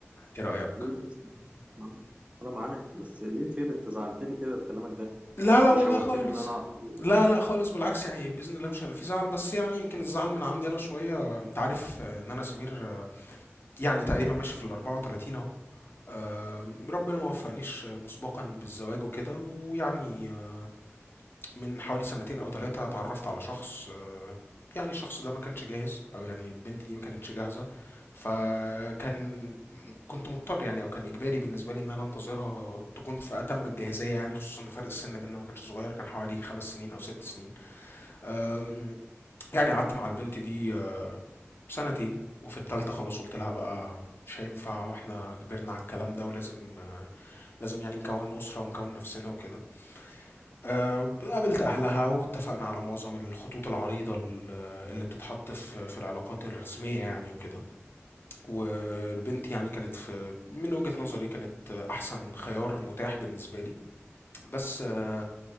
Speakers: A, on the left; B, on the right.
A: ايه رايك
B: ليه بس معاك؟ انا معاك بس ليه خير انت زعلتني كده بكلامك ده
A: لا لا
B: وشوقتني
A: والله خالص
B: ان انا اعرف ايه
A: لا لا خالص بالعكس يعني بإذن الله مش هيبقى في زعل بس يعني يمكن الزعل من عندي أنا شوية أنت عارف آه، إن أنا سمير آه، يعني تقريبا ماشي في ال 34 أهو آم، ربنا ما وفقنيش
B: إيه.
A: آه، مسبقا بالزواج وكده ويعني آه، من حوالي سنتين او ثلاثة اتعرفت على شخص آه، يعني الشخص ده ما كانش جاهز او يعني البنت دي ما كانتش جاهزة فكان كنت مضطر يعني او كان اجباري بالنسبة لي ان انا انتظرها تكون في اتم الجاهزية يعني خصوصا ان فرق السن بيننا ما كانش صغير كان حوالي خمس سنين او ست سنين آم، يعني قعدت مع البنت دي آه، سنتين وفي التالتة خلاص قلت لها بقى مش هينفع واحنا كبرنا على الكلام ده ولازم آه، لازم يعني نكون أسرة ونكون نفسنا وكده آه، قابلت أهلها واتفقنا على معظم الخطوط العريضة ال- اللي بتتحط في في العلاقات الرسمية يعني وكده والبنت يعني كانت في من وجهة نظري كانت أحسن خيار متاح بالنسبة لي بس آه،